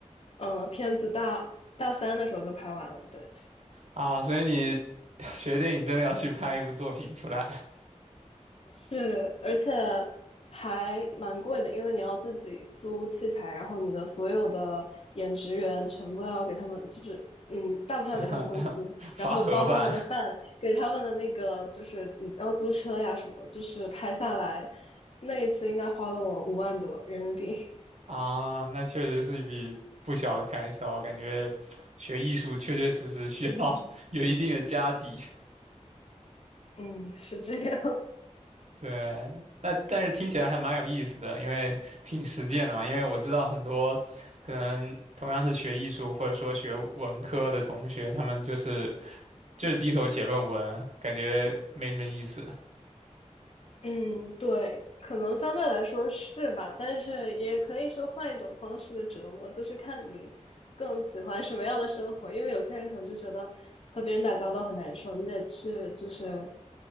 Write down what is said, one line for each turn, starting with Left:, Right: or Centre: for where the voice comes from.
Left: 呃，片子大大三的时候就拍完了，对。
Right: 啊，所以你 <laughs> 学电影真的要去拍一部作品出来，
Left: 是，而且还蛮贵的，因为你要自己租器材，然后你的所有的演职员全部要给他们，就是嗯，大部分要给他们工资，
Right: <laughs> 发盒饭。
Left: 然后包他们的饭，给他们的那个就是你要租车呀什么，就是拍下来那一次应该花了我五万多人民币。<laughs>
Right: 啊，那确实是一笔不小的开销，感觉学艺术确确实实需要 <laughs> 有一定的家底。
Left: 嗯，是这样。
Right: 对，那但是听起来还蛮有意思的，因为挺实践的嘛。因为我知道很多可能同样是学艺术或者说学文科的同学，他们就是就是低头写论文，感觉没什么意思
Left: 嗯，对，可能相对来说是吧，但是也可以是换一种方式的折磨，就是看你更喜欢什么样的生活。因为有些人可能就觉得和别人打交道很难受，你得去就是，